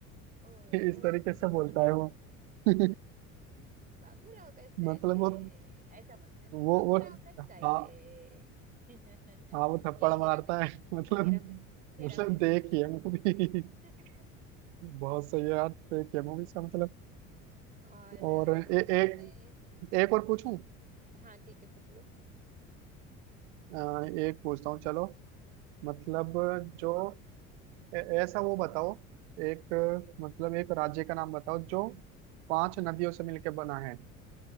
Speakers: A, on the right (about 20°); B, on the right (about 55°).
A: ओ
B: <laughs> इस तरीके से
A: <laughs>
B: बोलता है वो <laughs>
A: बाबूराव का स्टाइल
B: मतलब
A: है
B: वो
A: ऐसा बोलता है
B: वो
A: बाबूराव
B: वो
A: का स्टाइल
B: हाँ
A: है
B: हाँ
A: <laughs>
B: वो थप्पड़
A: ये
B: मारता
A: हेरा फेरी
B: है <laughs> मतलब
A: हेरा फेरी हेरा
B: मतलब
A: फेरी
B: देखिए मूवी
A: <laughs>
B: <laughs> बहुत सही है यार देखिए मूवी
A: हम्म,
B: इसका मतलब
A: और
B: और
A: अ,
B: ए, एक
A: मैं
B: एक और पूछूं
A: हाँ ठीक है पूछ लो
B: अ, एक पूछता हूँ चलो मतलब जो ए- ऐसा वो बताओ एक मतलब एक राज्य का नाम बताओ जो पांच नदियों से मिलकर बना है